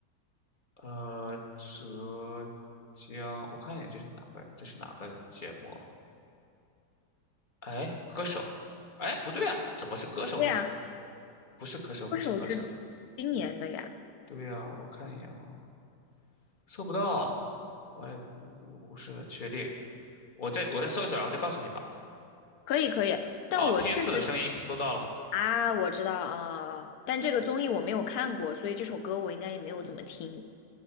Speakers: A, on the left; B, on the left.
A: 呃，浙江，我看一眼这是哪个，这是哪个节目？哎，歌手，哎，不对啊，这怎么是歌手呢？
B: 对呀，
A: 不是歌手，
B: 歌手是今年的呀。
A: 不是歌手。对呀、我看一眼啊，搜不到，我也不是很确定。我再我再搜一搜，然后再告诉你吧。
B: 可以可以，但我确实
A: 哦，天赐的声音搜到了
B: 啊，我知道啊，呃但这个综艺我没有看过，所以这首歌我应该也没有怎么听。